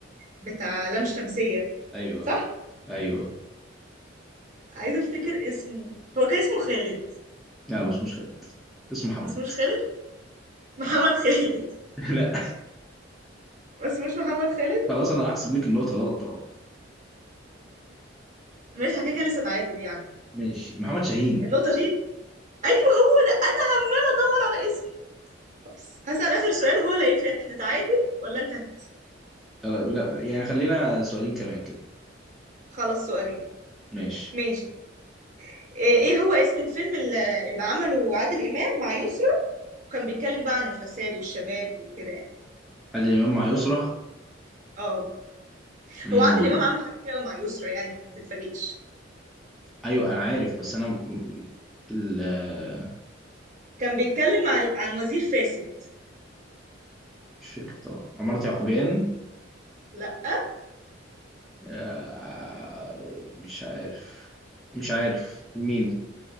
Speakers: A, on the right; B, in the centre.
A: بتاع لام شمسية
B: ايوه
A: صح
B: ايوه
A: عايزه افتكر اسمه هو كان اسمه خالد
B: لا مش مش خالد اسمه محمد
A: ما اسموش خالد <laughs> محمد خالد
B: <laughs> لا
A: ما اسموش محمد خالد
B: خلاص انا هحسب لك النقطه غلط طبعا
A: ماشي على كده كده لسه تعادل يعني
B: ماشي محمد شاهين
A: النقطة دي ايوه هو ده انا انا ادور على اسمه خلاص هسأل اخر سؤال هو اللي هيفرق احنا تعادل ولا انت هتكسب
B: خلاص، لا يعني خلينا سؤالين كمان كده
A: خلاص سؤالين
B: ماشي
A: ماشي آه، ايه هو اسم الفيلم اللي اللي عمله عادل امام مع يسرا وكان بيتكلم بقى عن الفساد والشباب وكده يعني
B: هل الإمام مع يسرى؟
A: اه
B: امم
A: هو عادل امام عمل حاجات كتير قوي مع يسرا يعني فما تتفاجئش
B: أيوه أنا عارف بس أنا مم، ال آه،
A: كان بيتكلم عن عن وزير فاسد
B: مش فاكر طبعا عمارة يعقوبيان
A: لا
B: آه، مش عارف مش عارف مين